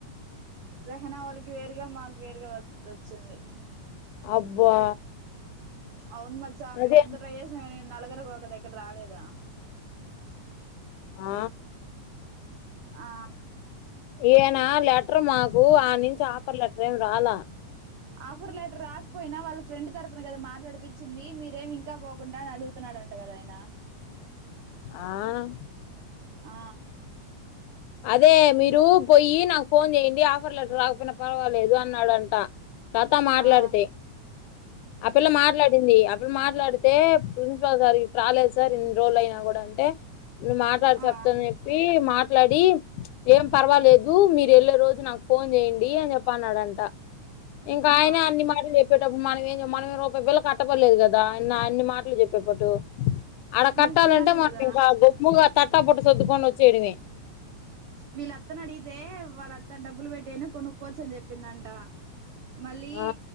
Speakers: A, on the right (about 85°); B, on the left (about 90°).
A: రెహనా వాళ్ళకి వేరుగా మాకు వేరుగా వ వచ్చింది
B: అబ్బా
A: అవును మచ్చా మేము
B: అదే
A: ఎంత ట్రైచేసిన గాని నలుగర ఒక దగ్గర రాలేదా
B: ఆ
A: ఆ
B: ఏ అనా లేక లెటర్ మాకు ఆ నుంచి ఆఫర్ లెటర్ ఏం రాలా
A: ఆఫర్ లెటర్ రాకపోయినా వాళ్ళ ఫ్రెండ్ తరపున కదా మాట్లాడిపించింది మీరు ఇదేమి ఇంకా పోకుండా అని అడుగుతున్నాడంట కదా ఆయనా
B: ఆ
A: ఆ
B: అదే మీరు పోయి నాకు ఫోన్ చేయండి ఆఫర్ లెటర్ రాకపోయినా పర్వాలేదు అన్నాడంట లత మాట్లాడితే
A: ఆ
B: ఆ పిల్ల మాట్లాడింది ఇప్పుడు మాట్లాడితే ప్రిన్సిపాల్ సార్ ఇప్పుడు రాలేదు సార్ ఎన్ని రోజులు అయినా కూడా అంటే నువ్వు మాట్లాడు
A: ఆ
B: చెప్త అని చెప్పి మా మాట్లాడి ఏం పర్వాలేదు మీరు వెళ్ళే రోజు నాకు ఫోన్ చేయండి అని చెప్పి అన్నాడంట ఇంకా
A: ఆ
B: ఆయనే అన్ని మాటలు చెప్పేటప్పుడు మనం ఏం మనం రూపాయ బిళ్ళ కట్టపడలేదు కదా ఇ ఇన్ని మాటలు చెప్పేటప్పు ఆడ కట్టాలంటే
A: నిజంగానే
B: మనం
A: కదా
B: ఇంకా గమ్ముగా తట్టా బుట్ట సర్దుకొని వచ్చేయడమే
A: వీళ్ళత్తను అడిగితే వాళ్ళత్త డబ్బులు పెట్టైన కొనుక్కోచ్చు అని చెప్పి చెప్పిందంట మళ్ళీ
B: ఆ